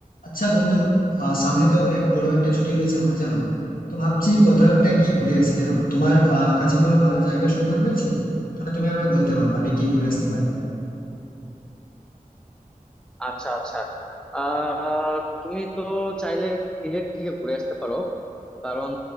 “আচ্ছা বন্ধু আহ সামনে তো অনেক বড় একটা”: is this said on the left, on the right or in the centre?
Left